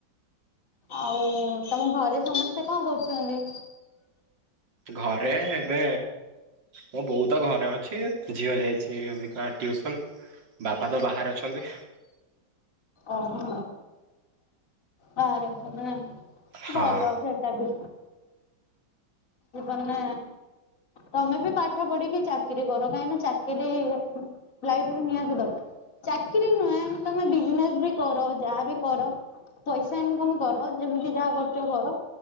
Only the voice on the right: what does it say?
ଘରେ ଏବେ ମୋ ବଉତ ଘରେ ଅଛି, ଝିଅ ଯାଇଛି ଅଭିକା ଟ୍ୟୁସନ। ବାପା ତ ବାହାରେ ଅଛନ୍ତି।
ହଁ